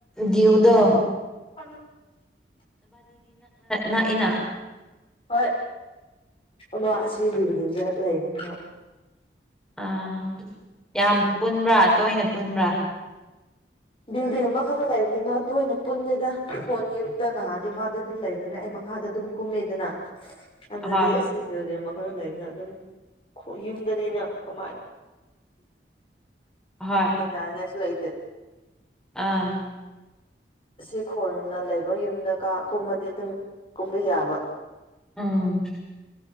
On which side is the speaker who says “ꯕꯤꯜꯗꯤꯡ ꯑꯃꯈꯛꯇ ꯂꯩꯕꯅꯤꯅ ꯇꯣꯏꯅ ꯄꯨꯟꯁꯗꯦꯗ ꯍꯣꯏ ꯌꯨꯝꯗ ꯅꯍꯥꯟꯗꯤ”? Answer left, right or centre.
Left